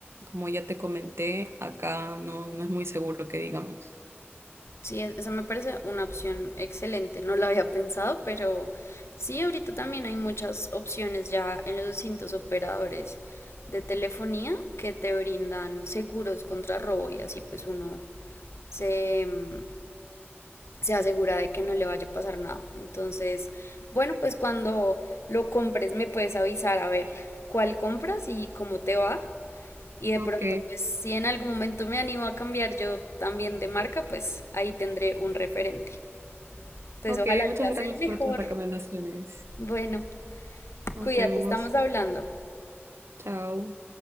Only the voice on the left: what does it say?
Sí, esa me parece una opción excelente. No la había pensado, pero sí, ahorita también hay muchas opciones ya en los distintos operadores de telefonía que te brindan seguros contra robo y así pues uno se, mm, se asegura de que no le vaya a pasar nada. Entonces, bueno, pues cuando lo compres me puedes avisar a ver cuál compras y cómo te va. Y de
pronto, pues si en algún momento me animo a cambiar yo también de marca, pues ahí tendré un referente. Entonces,
ojalá elijas
el mejor.
Bueno,
cuídate,
estamos hablando.